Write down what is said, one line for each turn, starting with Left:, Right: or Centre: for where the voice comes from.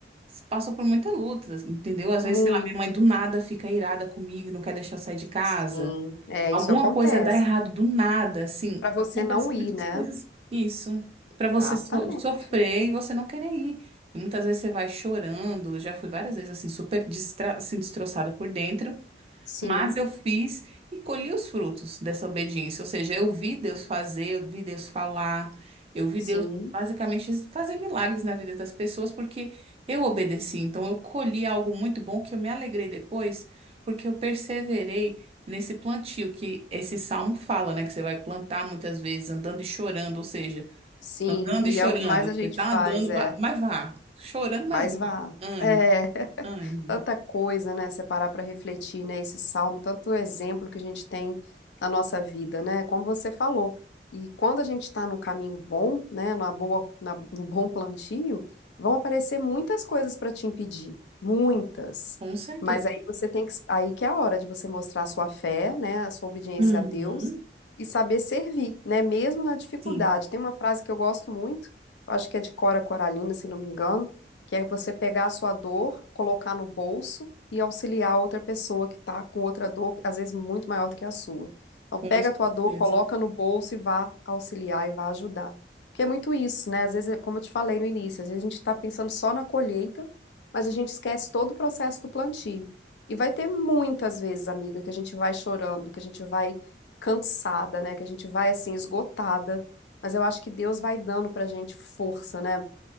Right: se passa por muita luta, entendeu? Às
Left: Muito,
Right: vezes, sei lá, minha mãe do nada fica irada comigo, não quer deixar eu sair de casa.
Left: sim. É,
Right: Alguma
Left: isso acontece.
Right: coisa dá errado do nada, assim,
Left: Para você
Right: acontecem
Left: não ir,
Right: muitas
Left: né?
Right: coisas isso, para
Left: Exatamente.
Right: você so- sofrer e você não querer ir. Muitas vezes você vai chorando, eu já fui várias vezes assim super distra assim destroçada por dentro.
Left: Sim,
Right: Mas eu fiz e colhi os frutos dessa obediência. Ou seja, eu vi Deus fazer, eu vi Deus falar, eu vi
Left: sim,
Right: Deus basicamente fazer milagres na vida das pessoas, porque eu obedeci. Então, eu colhi algo muito bom que eu me alegrei depois, porque eu perseverei nesse plantio que esse salmo fala, né? Que você vai plantar muitas vezes andando e chorando. Ou seja,
Left: sim.
Right: andando
Left: <laughs> E
Right: e chorando.
Left: é o que mais a
Right: Você
Left: gente
Right: tá
Left: faz,
Right: andando,
Left: é.
Right: vá- mas vá. Chorando, mas
Left: Mas
Right: vá.
Left: vá.
Right: Ande,
Left: É.
Right: ande.
Left: tanta coisa, né? Separar para refletir, né? Esse salmo, tanto exemplo que a gente tem na nossa vida, né? Como você falou. E quando a gente está num caminho bom, né? Na boa, na- no bom plantio, vão aparecer muitas coisas para te impedir, muitas.
Right: Com certeza.
Left: Mas aí você tem que, aí que é a hora de você mostrar a sua fé, né? A sua obediência
Right: Uhum.
Left: a Deus e saber servir, né? Mesmo na dificuldade.
Right: Sim.
Left: Tem uma frase que eu gosto muito, eu acho que é de Cora Coralina, se não me engano que é você pegar a sua dor, colocar no bolso e auxiliar outra pessoa que está com outra dor, às vezes muito maior do que a sua. Então,
Right: Com
Left: pega
Right: certeza,
Left: a tua dor, coloca
Right: com
Left: no bolso e vá auxiliar e vá ajudar. Porque é muito isso, né? Às vezes, é como eu te falei no início, às vezes a gente está pensando só na colheita, mas a gente esquece todo o processo do plantio. E vai ter muitas vezes, amiga, que a gente vai chorando, que a gente vai cansada, né? Que a gente vai assim esgotada. Mas eu acho que Deus vai dando pra gente força, né?